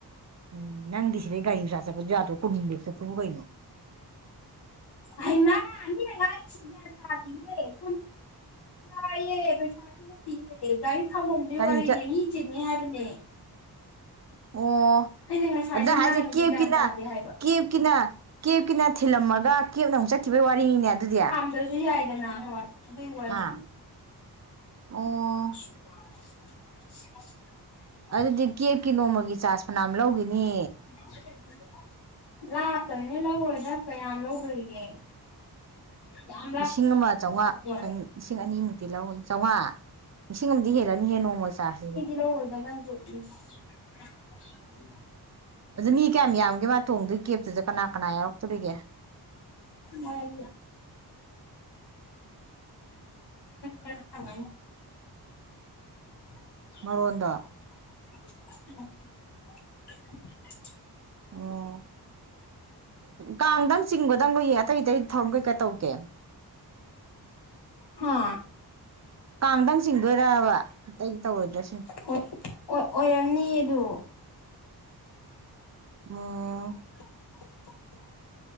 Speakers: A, on the right; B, on the left.
A: ꯎꯝ ꯅꯪꯗꯤꯁꯤ ꯂꯩ ꯀꯥꯏ ꯍꯤꯡ꯭ꯔꯥꯥꯁꯥꯄ ꯍꯗꯣ ꯀꯃꯕꯦꯛꯁ ꯊꯣꯛ ꯍꯒꯥꯏꯅꯣ
B: ꯍꯩꯃꯥ ꯃꯤꯅ ꯍꯥꯏꯁꯤ ꯒꯌꯥꯟꯇꯥꯗ‌ꯦ꯫ ꯂꯌꯦ ꯄꯩꯁꯥꯅꯤ ꯅꯠꯇꯤꯌꯦ ꯒꯥꯔꯤ ꯊꯥꯝꯃꯝꯗꯣꯏ
A: ꯀꯔꯤ
B: ꯋꯥꯔꯤꯅꯦ
A: ꯆꯠ
B: ꯃꯤ ꯆꯤꯟꯅꯤ ꯍꯥꯏꯕꯅꯦ꯫
A: ꯑꯣ
B: ꯑꯩꯅ ꯉꯁꯥꯏꯗꯩ
A: ꯑꯗꯨꯗ ꯍꯥꯏꯁꯦ
B: ꯉꯥꯡꯉꯤꯁꯦ
A: ꯀꯦꯞꯀꯤꯅ
B: ꯒ꯭ꯌꯥꯟ ꯇꯥꯗꯦ ꯍꯥꯏꯕ
A: ꯀꯦꯞꯀꯤꯅ ꯀꯦꯞꯀꯤꯅ ꯊꯤꯜꯂꯝꯃꯒ ꯀꯦꯞꯅ ꯑꯃꯨꯛ ꯆꯠꯈꯤꯕꯒꯤ ꯋꯥꯔꯤꯅꯤꯅꯦ ꯑꯗꯨꯗꯤ
B: ꯑꯗꯨꯁꯨ ꯌꯥꯏꯗꯅ ꯍꯣꯏ ꯑꯗꯨꯒꯤ
A: ꯑꯥ
B: ꯋꯥꯔꯤ
A: ꯑꯣ
B: <inaudible>
A: ꯑꯗꯨꯗꯤ ꯀꯦꯞꯀꯤ ꯅꯣꯡꯃꯒꯤ ꯆꯥꯔꯖ ꯃꯅꯥꯝ ꯂꯧꯈꯤꯅꯤ
B: <inaudible> ꯂꯥꯛꯇꯅꯤ ꯂꯧꯔꯣꯏꯗ ꯀ ꯌꯥꯝ ꯂꯣꯗꯣꯏꯒꯦ ꯌꯥꯝ
A: ꯂꯤꯁꯤꯡ ꯑꯃ ꯆꯥꯝꯃꯉꯥ
B: ꯋꯥ
A: ꯆꯅꯤ ꯂꯤꯁꯤꯡ ꯑꯅꯤꯃꯨꯛꯇꯤ ꯂꯧꯔꯅꯤ ꯆꯧꯉꯥ ꯂꯤꯁꯤꯡ ꯑꯃꯗꯤ ꯍꯦꯜꯂꯅꯤꯍꯦ ꯅꯣꯡꯃ ꯆꯥꯁꯁꯤꯗꯤ
B: ꯂꯧꯗ ꯅꯪꯁꯨ <unintelligible>
A: ꯑꯗꯨ ꯃꯤ ꯀꯌꯥꯝ ꯌꯥꯝꯒꯦ ꯃꯥ ꯇꯣꯡꯗꯨꯒꯤ ꯀꯦꯞꯇꯨꯗ ꯀꯅꯥ ꯀꯅꯥ ꯌꯥꯎꯔꯛꯇꯣꯔꯤꯒꯦ
B: ꯃꯥ ꯑꯗꯨ ꯍꯪꯉꯅꯤ <inaudible>
A: ꯃꯔꯣꯟꯗꯣ ꯑꯣ ꯀꯥꯡꯗꯪ ꯆꯤꯡꯕꯗꯪ ꯀꯏꯌꯦ ꯑꯇꯩ ꯑꯇꯩ ꯊꯧꯔꯝ ꯀꯩꯀꯩ ꯇꯧꯒꯦ
B: ꯍꯥ
A: ꯀꯥꯡꯗꯪ ꯆꯤꯡꯗꯣꯏꯔꯕ ꯑꯇꯩ ꯇꯧꯔꯣꯏꯗ꯭ꯔꯁꯤꯅꯤ
B: ꯍꫭꯏ ꯑꯣꯏꯔꯝꯅꯤ ꯑꯗꯨ
A: ꯑꯣ
B: <inaudible>